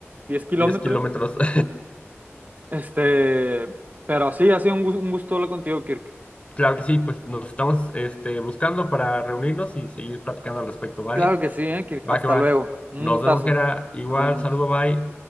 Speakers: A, on the right; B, on the left.
A: 10 kilómetros.
B: 10 kilómetros. <laughs>
A: Este, pero sí, ha sido un, gu- un gusto hablar contigo, Kirk.
B: Claro que sí, pues nos estamos este, buscando para reunirnos y seguir platicando al respecto, ¿vale?
A: Claro que sí, ¿eh? Kirk.
B: Va
A: Hasta
B: que va.
A: luego. Un
B: Nos
A: gustazo.
B: vemos, Gera. Igual,
A: Nos vemos.
B: saludo, bye.